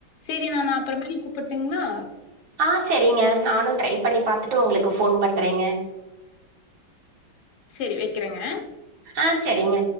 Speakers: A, on the left; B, on the right.
A: சேரி நான் அப்ற மேட்டி கூப்புட்டுங்ளா
B: அ சரிங்க நானு ட்ரை பண்ணி பாத்துட்டு உங்ளுக்கு ஃபோன் பண்றேங்க
A: சரி வெக்கிறேங்க
B: ஆ சரிங்க